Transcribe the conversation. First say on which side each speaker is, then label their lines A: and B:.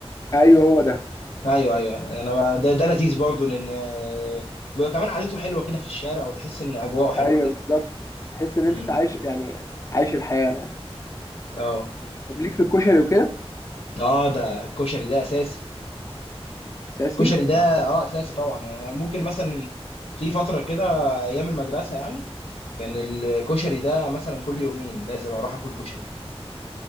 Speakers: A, on the left; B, on the left.
A: ايوه هو ده
B: ايوه ايوه انا بقى ده, ده لذيذ برضو لان آه، بيبقى كمان قعدته حلوة كده في الشارع وتحس ان اجواءه حلوة
A: ايوه
B: كده
A: بالظبط تحس ان
B: امم
A: انت عايش يعني عايش الحياه يعني
B: اه
A: طب ليك في الكشري وكده
B: اه ده الكشري ده اساسي
A: اساسي
B: الكشري ده اه اساسي طبعا أنا ممكن مثلا في فترة كده ايام المدرسة يعني كان الكشري ده مثلا كل يومين لازم اروح اكل كشري